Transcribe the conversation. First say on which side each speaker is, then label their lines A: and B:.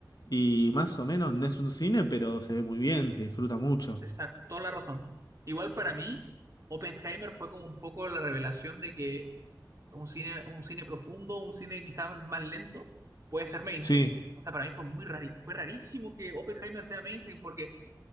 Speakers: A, on the left; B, on the right.
A: y más o menos no es un cine, pero se ve muy bien, se disfruta mucho.
B: Exacto, toda la razón. Igual para mí, Oppenheimer fue como un poco la revelación de que un cine, un cine profundo, un cine quizás más lento, puede ser mainstream.
A: Sí,
B: O sea, para mí fue muy rari, fue rarísimo que Oppenheimer sea mainstream, porque